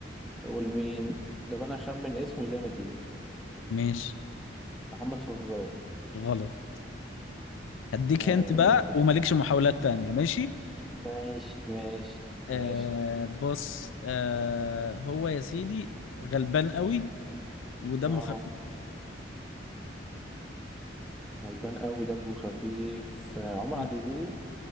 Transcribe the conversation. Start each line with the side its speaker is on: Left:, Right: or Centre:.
Centre: اقول مين ده انا اخمن اسمه زي ما تيجي
Left: ماشي
Centre: محمد فراج
Left: غلط هديك
Centre: آه
Left: هنت بقى ومالكش محاولات تانية ماشي
Centre: ماشي ماشي ماشي
Left: آه بص آه هو يا سيدي غلبان قوي ودمه
Centre: اه
Left: خفيف
Centre: غلبان قوي دمه خفيف آه، عمر
Left: مم.
Centre: عبد الجليل